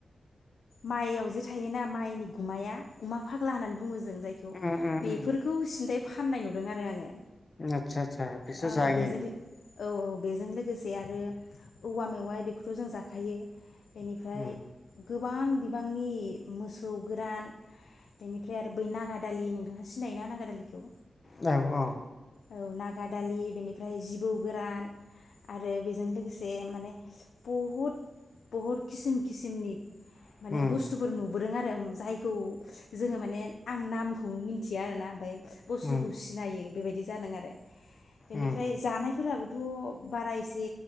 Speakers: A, on the left (about 80°); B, on the left (about 35°).
A: माइआव जे थायोना माइनि गुमाया गुमा फाग्ला होननानै बुङो जों जायखौ
B: उम उम उम
A: बेफोरखौ
B: उम
A: सिन्था फाननाय नुदों आरो आङो।
B: आतसा आतसा फिस
A: ओ
B: जायो?
A: बेजों औ औ बेजों लोगोसे आरो औवा मेवाय बेखौथ' जों जाखायो। बेनिफ्राय
B: उम
A: गोबां बिबांनि मोसौ गोरान बेनिफ्राय आरो बै नागादालि नोंथाङा सिनायोना नागादालिखौ?
B: औ औ
A: औ नागा दालि बेनिफ्राय जिबौ गोरान आरो बेजों लोगोसे माने बहुद बहुद किसिम किसिमनि
B: उम
A: माने बुस्थुफोर नुबोदों आरो जायखौ जोङो माने आं नामखौ मिथिया आरोना ओमफ्राय बुस्थुखौ
B: उम
A: सिनायो। बेबायदि जादों आरो बेनिफ्राय
B: उम
A: जानाय फोराबो थ बारा एसे